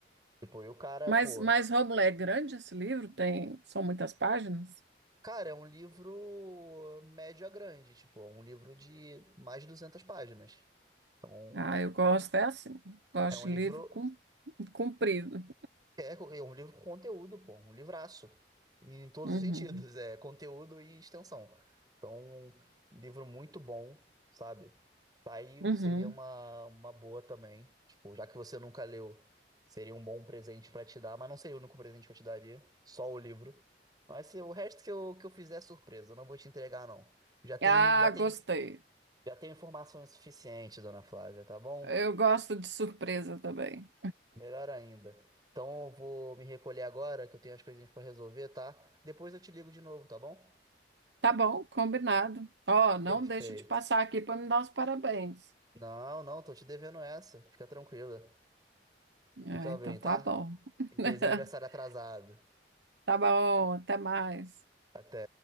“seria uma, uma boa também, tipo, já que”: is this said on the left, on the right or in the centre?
Right